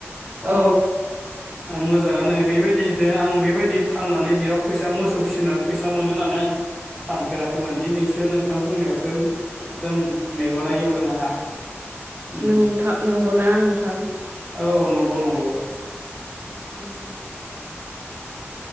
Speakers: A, in the centre; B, on the right.
A: अ।
B: औ
A: आं मोजाङानो बेबायदिनो आं बेबायदि फाननानै बिराद फैसा मोसौ फिसिना फैसा मोनो होननानै आं सानफेराखैमोन दिनैसो नोंथां बुंनायावसो एकदम मेगना गेवदों आंहा। उम
B: नोंथां नंगौना नोंथां?
A: औ नंगौ नंगौ।
B: उम। <inaudible>